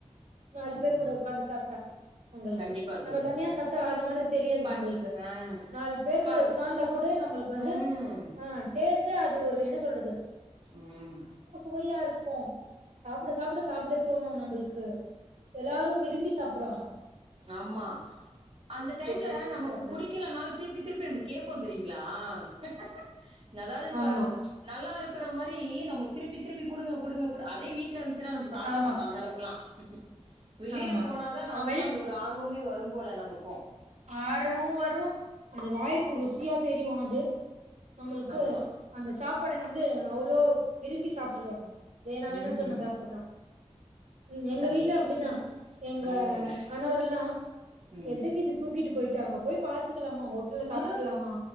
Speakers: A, on the right (about 80°); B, on the right (about 55°).
A: நாலு பேர்
B: ம்
A: கூட உக்காந்து சாப்பிட்டா நம்ளுக்கு
B: கண்டிப்பா
A: நம்ம
B: தோழி
A: தனியா சாப்பிட்டா
B: ம்
A: அந்த மாதிரி தெரியாது
B: ப
A: நம்மளுக்கு
B: ஆ
A: நாலு பேர்
B: ப
A: கூட உக்காந்தா
B: சோ
A: கூட நம்மளுக்கு வந்து
B: ம்
A: ஆஹ் டேஸ்ட் ச அது ஒரு என சொல்ரது
B: ம்
A: பொய்யா இருக்கும் சாப்பிட சாப்பிட சாப்பிடே தோணும் நம்மளுக்கு எல்லாரும் விரும்பி சாப்பிடுவாங்க
B: ஆமா அந்த டைம்ல
A: பேசிட்டு
B: நமக்கு
A: சாப்டுறது
B: புடிக்லனால திருப்பி திருப்பி நம்ம கேட்போம் தெரியீங்களா இஹே ஆ.... <inaudible> அதாவது
A: ஆமா
B: நல்லா இருக்கற மாதிரி நம்ம திருப்பி திருப்பி குடுங்க குடுங்க அதே வீட்டு வீட்ல இருந்துச்சா நம சாப்பிடமாட்டோ
A: ஆமா
B: அந்த அளவுக்கெல்லா <inaudible> வெளியல
A: ஆமா
B: போனால்தான் நமக்கு
A: ஆ
B: ஒரு ஆர்வமே வரும் போல நம்ம ருக்கும்
A: ஆர்வம் வரும் அது வாயிக்கு ருசியா தெரியும் அது நம்மளுக்கு
B: ஆமா
A: அந்த சாப்பாடு வந்து அவ்வளோ விரும்பி சாப்ப ம் வேணாம் வேணாம்
B: ம்
A: சொனா சாப்பாடு தான் உம் எங்க
B: கண்டிப்பா
A: வீட்டுல அப்படிதான்
B: சார்
A: எங்க
B: ம்
A: கணவர் எல்லாம்
B: ம்
A: எதுக்கு இது போயிட்டு அங்க போய் பார்த்து ஹோட்டல்ல சாப்பிட்டுலாமா
B: ஆ